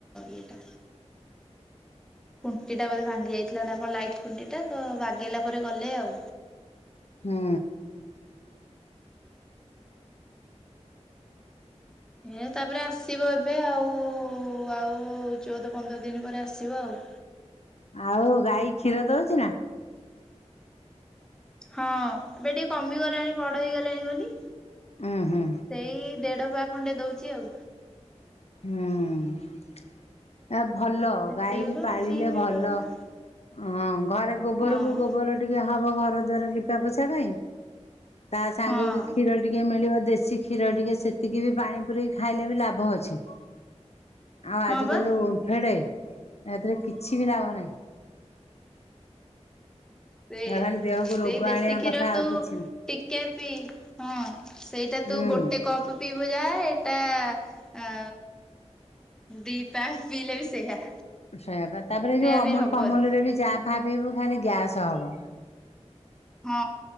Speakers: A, in the centre; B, on the left (about 60°).
A: ଇଏଟା। ଖୁଣ୍ଟିଟା ବୋଧେ ଭାଙ୍ଗି ଯାଇଥିଲା ନା କଣ ଲାଇଟ୍ ଖୁଣ୍ଟିଟା ତ ବାଗେଇଲା ପରେ ଗଲେ ଆଉ।
B: ହୁଁ।
A: ହେ ତାପରେ ଆସିବ ଏବେ ଆଉ ଆଉ ଚଉଦ ପନ୍ଦର ଦିନ ପରେ ଆସିବ ଆଉ।
B: ଆଉ ଗାଈ କ୍ଷୀର ଦଉଛି ନା।
A: ହଁ ଏବେ ଟିକେ କମିଗଲାଣି ବଡ ହେଇଗଲାଣି ବୋଲି।
B: ହୁଁ ହୁଁ
A: ସେଇ ଦେଢ଼ ପା ଖଣ୍ଡେ ଦେଉଛି ଆଉ।
B: ହୁଁ ଆ ଭଲ
A: ସେତିକି
B: ଗାଈ ବି
A: ବେଶୀ
B: ପାଳିଲେ
A: ବି
B: ଭଲ
A: ଦଉଛି ଆଉ।
B: ହଁ ଘରେ ଗୋବରକୁ
A: ହଁ
B: ଗୋବର ଟିକେ ହବ ଘର ଦ୍ଵାରା ଲିପା ପୋଛା ପାଇଁ। ତା ସାଙ୍ଗକୁ
A: ହଁ
B: କ୍ଷୀର ଟିକିଏ ମିଳିବ ଦେଶୀ କ୍ଷୀର ଟିକେ ସେତିକି ବି ପାଣି ପୁରେଇକି ଖାଇଲେ ବି ଲାଭ ଅଛି। ଆଉ
A: ହଁ
B: ଆଜିକାଲି
A: ବା
B: ଯୋଉ ଓନ୍ଫେଡ ଏଥିରେ କିଛି ବି ଲାଭ ନାହିଁ।
A: ସେଇଆ
B: ତା ଖାଲି ଦେହକୁ
A: ସେଇ
B: ରୋଗ
A: ଦେଶୀ
B: ଆଣିବା
A: କ୍ଷୀର
B: କଥା ଆଉ
A: ତୁ
B: କିଛି ନାହିଁ।
A: ଟିକେ ପି। ହଁ ସେଇଟା ତୁ
B: ହୁଁ
A: ଗୋଟେ କପ ପିଇବ ଯାହା ଏଇଟା ଆ ଦିଟା ପିଲେ ବି ସେଇଆ।
B: ସେ ତାପରେ
A: ସେଇଆ
B: ଯୋଉ ଅମୁଲ
A: ବି ହବନି।
B: ଫମୁଲରେ ବି ଚା ଫା ପିଇବୁ ଖାଲି ଗ୍ୟାସ ହବ।
A: ହଁ